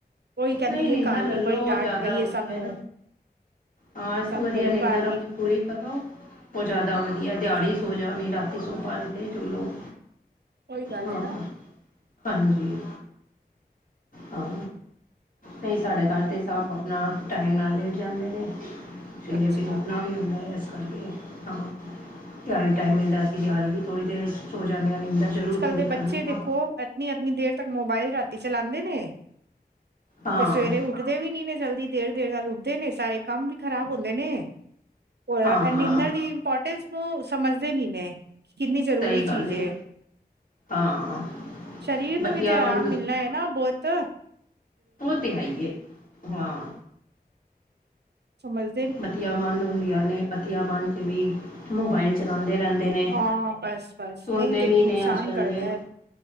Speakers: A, on the right (about 80°); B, on the left (about 55°).
A: ਉਹੀ ਕਹਿੰਦੀ
B: ਨਹੀਂ ਨਿੰਦਾ
A: ਹੈ ਘਰ
B: ਲੈਲੋ
A: ਵੀ ਬੜੀ ਡਾਂਟ
B: ਉਹ ਜ਼ਿਆਦਾ
A: ਪਈ
B: ਵਧੀਆ।
A: ਹੈ ਸਭ ਨੂੰ
B: ਹਾਂ ਇਸ
A: ਸਭ
B: ਤੋਂ ਵਧੀਆ
A: ਕਲੂ
B: ਨਿੰਦਰ
A: ਘਰ ਵੀ
B: ਆਪਣੀ ਪੂਰੀ ਕਰੋ। ਉਹ ਜ਼ਿਆਦਾ ਵਧੀਆ ਦਿਹਾੜੀ ਸੋ ਜਾਣੀ ਰਾਤੀ ਸੋਭਾਰੇ ਅਤੇ ਜੋ ਲੋਕ
A: ਉਹੀ ਗੱਲ
B: ਹਾਂ,
A: ਹੈ ਨਾ
B: ਹਾਂਜੀ, ਹਾਂ। ਨਹੀਂ ਸਾਡੇ ਘਰ ਤੇ ਸਾਬ ਅਪਣਾ ਟਾਈਮ ਨਾਲ ਲੇਟ ਜਾਂਦੇ ਨੇ। ਸਵੇਰੇ
A: ਅੱਛਾ
B: ਫਿਰ ਉੱਠਣਾ ਵੀ ਹੂੰਦੈ, ਐਸ ਕਰਕੇ ਹਾਂ ਤਿਹਾੜੀ ਟਾਈਮ ਮਿਲਦਾ ਸੀ ਅਸੀ ਦਿਹਾੜੀ ਵੀ ਥੋੜ੍ਹੀ ਦੇਰ ਸੋ ਜਾਂਣੀ ਆਂ, ਨੀੰਦਰ ਜ਼ਰੂਰ ਪੂਰੀ
A: ਕਲ ਦੇ
B: ਕਰਦੇ
A: ਬੱਚੇ ਦੇਖੋ
B: ਹਾਂ
A: ਐਤਨੀ ਐਤਨੀ ਦੇਰ ਤੱਕ ਮੋਬਾਇਲ ਰਾਤੀ ਚਲਾਂਦੇ ਨੇ।
B: ਹਾਂ
A: ਤੇ ਸਵੇਰੇ ਉੱਠਦੇ ਵੀ ਨੀ ਈਵੇਂ ਜਲਦੀ ਦੇਰ-ਦੇਰ ਨਾਲ ਉੱਠਦੇ ਨੇ ਸਾਰੇ ਕੰਮ ਵੀ ਖ਼ਰਾਬ ਹੁੰਦੇ ਨੇ। ਹੋਰ ਐ
B: ਹਾਂ
A: ਐ ਨਿੰਦਰ
B: ਹਾਂ
A: ਦੀ ਇੰਪੋਰਟੈਂਸ ਨੂੰ ਸਮਝਦੇ ਨੀ ਨੇ ਕਿ ਕਿੰਨੀ ਜ਼ਰੂਰੀ
B: ਸਹੀ ਗੱਲ
A: ਚੀਜ਼
B: ਹੈ
A: ਏ।
B: ਹਾਂ
A: ਸਰੀਰ ਨੂੰ
B: ਬੱਤੀਆਂ
A: ਵੀ ਤੇ ਆਰਾਮ
B: ਬੰਦ
A: ਮਿਲਣਾ ਏ ਨਾ ਬੋੱਤ।
B: ਔ ਤੇ ਹੈ ਈ ਏ, ਹਾਂ।
A: ਸਮਝ
B: ਮੱਤੀਆਂ ਬੰਦ ਹੁੰਦੀਆਂ ਨੇ, ਪਤੀਆਂ ਬੰਦ ਚ ਵੀ ਮੋਬਾਈਲ ਚਲਾੰਦੇ ਰੈੰਦੇ ਨੇ
A: ਹਾਂ ਬਸ ਬਸ
B: ਸੁਣਦੇ
A: ਇਹੀ ਤੇ
B: ਨੀ
A: ਨੁਕਸਾਨ
B: ਨੇ ਅੱਜ-ਕੱਲ
A: ਕਰਦਾ
B: ਦੇ।
A: ਹੈ।